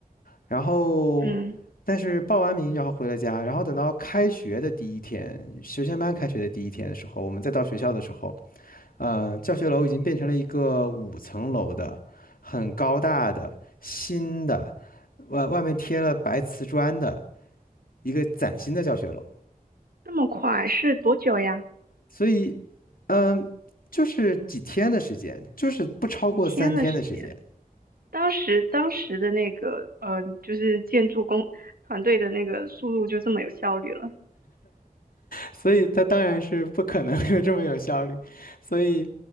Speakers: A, on the left; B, on the right.
A: 然后，
B: 嗯，
A: 但是报完名然后回了家，然后等到开学的第一天，学前班开学的第一天的时候，我们再到学校的时候。呃，教学楼已经变成了一个五层楼的，很高大的新的，外外面贴了白瓷砖的一个崭新的教学楼。
B: 那么快是多久呀？
A: 所以，嗯，就是几天的时间，就是不超过三天的时间。
B: 几天的时间？当时当时的那个呃，就是建筑工团队的那个速度就这么有效率了
A: 所以他当然是不可能有这么有效率，所以，